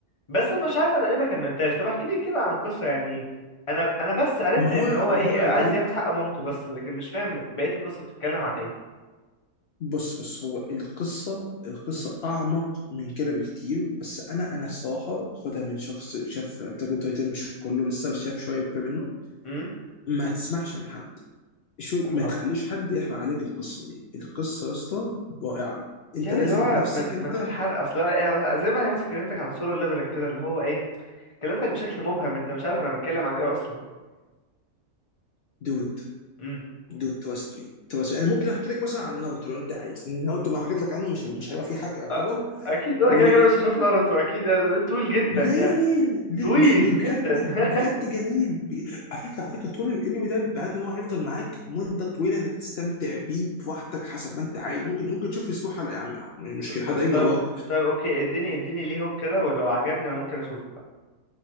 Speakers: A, on the left; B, on the left.
A: بس انا مش عارف انا ليه ما كملتهاش طب احكي لي كده عن القصه يعني انا انا بس عرفت
B: ما
A: ان
B: هو
A: هو
B: ما
A: ايه
B: هو يا
A: عايز
B: دود
A: ياخد حق مامته بس لكن مش فاهم بقيه القصه بتتكلم عن ايه
B: بص بص هو القصة القصة
A: امم
B: أعمق من كده بكتير بس أنا أنا الصراحة خدها من شخص شاف أتاك أون تايتن مش كله لسه بس شاف شوية منه
A: أمم؟
B: ما تسمعش من حد شو
A: اها
B: ما تخليش حد يحرق عليك القصة دي القصة يا اسطى رائعة أنت
A: يعني
B: لازم
A: اللي هو
B: بنفسك
A: من
B: أنت
A: من غير حرق اصل يعني زي ما هي مثلا كلمتك عن سولو ليفلنج كده اللي هو ايه كلمتك بشكل مبهم انت مش عارف انا بتكلم عن ايه اصلا
B: دود
A: امم
B: دود تراست مي تراست مي. أنا ممكن أحكي لك مثلا عن ناruto لو أنت عايز إن ناروتو ما حكيت لك عنه مش مش هيبقى فيه حرق يعتبر
A: أ- اكيد انا
B: و
A: كده كده مش هشوف ناروتو اكيد يعني ده طويل جدا
B: ليه
A: يعني
B: ليه ليه
A: طويل
B: مش مهم بجد
A: جدا <laughs>
B: بجد جميل ب... على فكره على فكره طول الانمي ده بعد ان هو هيفضل معاك مده طويله انك تستمتع بيه براحتك حسب ما انت عايز ممكن ممكن تشوف اسبوع حلقه يا عم مش مشكله
A: ط-
B: حد
A: ط-
B: هيجي
A: طب
B: وراك
A: طب اوكي اديني اديني ليه هوك كده ولو عجبني انا ممكن اشوفه